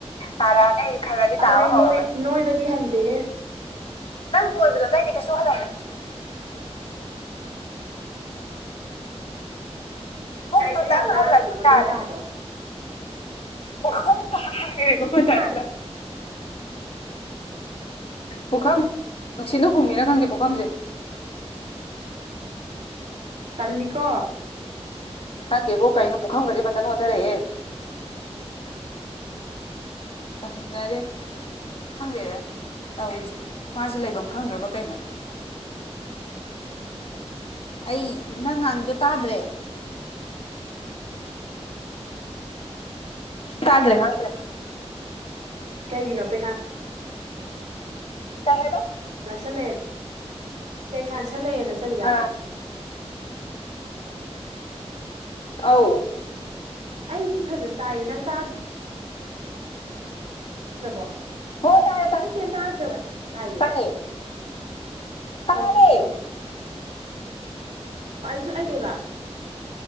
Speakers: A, on the left (about 55°); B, on the right (about 85°).
A: ꯇꯥꯔꯛꯑꯅꯤ ꯑꯩ ꯈꯔꯗꯤ
B: ꯑꯗꯣ
A: ꯇꯥꯕ
B: ꯑꯩ
A: ꯍꯧꯔꯕꯅꯤ
B: ꯅꯣꯏ-ꯅꯣꯏꯕꯗꯤ ꯍꯟꯗꯦꯍꯦ꯫
A: ꯅꯪ ꯅꯣꯏꯕꯗꯣ ꯑꯇꯩꯗꯤ ꯀꯩꯁꯨ <inaudible> ꯄꯨꯛꯇꯨꯗꯪ
B: ꯀꯩꯩꯅꯣ ꯌꯥꯝ
A: ꯍꯜꯂꯛꯄ
B: ꯂꯥꯡꯉꯤꯗꯨꯕꯣ
A: ꯌꯥꯔꯦ
B: ꯅꯣꯏ ꯀꯥꯗꯣ꯫
A: ꯄꯨꯈꯝ ꯇꯥꯈ꯭ꯔꯤꯕ ꯃꯊꯟꯇ꯫
B: ꯅꯣꯏ ꯀꯥꯗꯣ
A: ꯄꯨꯈꯝ ꯅꯨꯡꯁꯤꯠꯅ ꯍꯨꯝꯃꯤꯔ ꯈꯪꯗꯦ ꯄꯨꯈꯝꯁꯦ꯫
B: ꯇꯜꯂꯤꯀꯣ꯫
A: ꯈꯪꯗꯦꯕꯣ ꯀꯩꯅꯣ ꯄꯨꯈꯝꯒꯁꯦ ꯃꯊꯟ ꯑꯣꯟꯊꯔꯛꯑꯦꯍꯦ꯫
B: <inaudible>
A: ꯇꯝꯅꯔꯦ꯫ ꯈꯪꯗꯦꯗ ꯇꯧꯔꯤꯁꯦ ꯃꯥꯁꯨ ꯂꯩꯐꯝ ꯈꯪꯗ꯭ꯔꯕ ꯀꯩꯅꯣ꯫ ꯑꯩ ꯅꯪ ꯉꯥꯡꯉꯤꯗꯣ ꯇꯥꯗ꯭ꯔꯦ꯫ ꯇꯥꯗ꯭ꯔꯦ ꯈꯪꯗ꯭ꯔꯦ
B: ꯀꯩꯒꯤꯅꯣ ꯄꯩꯈꯥ꯫
A: ꯀꯩ ꯍꯥꯏꯕ꯫
B: ꯅꯛꯁꯜꯂꯛꯑꯦꯅ ꯄꯩꯈꯥ ꯅꯛꯁꯜꯂꯛꯑꯦꯅ ꯆꯠꯂꯤꯔꯕ
A: ꯑꯥ ꯑꯧ
B: <unintelligible> ꯑꯩꯗꯤ ꯐꯖꯅ ꯇꯥꯏꯌꯦ ꯅꯪ ꯇꯥꯗ ꯇꯥꯗ꯭ꯔꯕꯣ
A: ꯍꯣ ꯇꯥꯔꯦ ꯇꯥꯔꯦ
B: ꯅꯪ ꯀ‌ꯦꯝ ꯇꯥꯗ꯭ꯔꯣ ꯇꯥꯏꯌꯦ
A: ꯇꯥꯔꯦ ꯇꯥꯔꯦ
B: ꯑꯧ ꯑꯣ ꯑꯩꯁꯨ ꯑꯩꯗꯦꯕ